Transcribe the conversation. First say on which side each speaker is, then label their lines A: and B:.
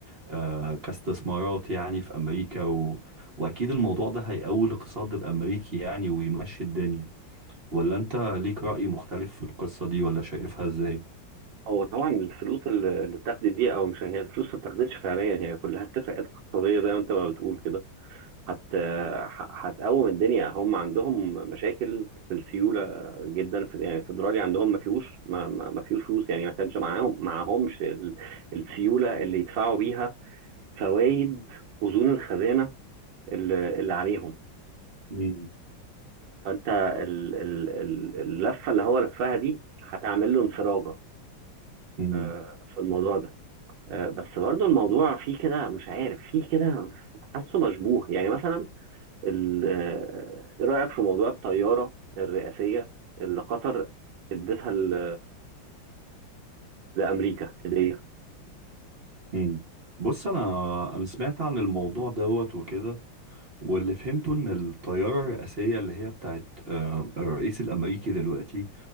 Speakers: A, on the right; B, on the right.
A: آه، كاستثمارات يعني في امريكا و... واكيد الموضوع ده هيقوي الاقتصاد الامريكي يعني ويمشي الدنيا ولا انت ليك رأي مختلف في القصة دي ولا شايفها ازاي؟
B: هو طبعا الفلوس اللي اللي اتاخدت دي او مش هي الفلوس ما اتاخدتش فعليا هي كلها اتفاقات اقتصاديه زي ما انت ما بتقول كده هت ح- هتقوم الدنيا هم عندهم مشاكل في السيوله جدا في يعني الفدرالي عندهم ما فيهوش ما, ما ما فيهوش فلوس يعني ما كانش معاهم معاهمش ال- السيوله اللي يدفعوا بيها فوائد اذون الخزانه اللي, اللي عليهم
A: مم.
B: فانت ال- ال- ال- اللفه اللي هو لفها دي هتعمل له انفراجه
A: مم.
B: آه، في الموضوع ده آه، بس برضو الموضوع فيه كده مش عارف فيه كده حاسه مشبوه يعني مثلا ال- آه، ايه رأيك في موضوع الطيارة الرئاسية اللي قطر ادتها ل- لأمريكا هدية
A: مم. بص انا انا سمعت عن الموضوع دوت وكده واللي فهمته ان الطيارة الرئاسية اللي هي بتاعت آه، الرئيس الامريكي دلوقتي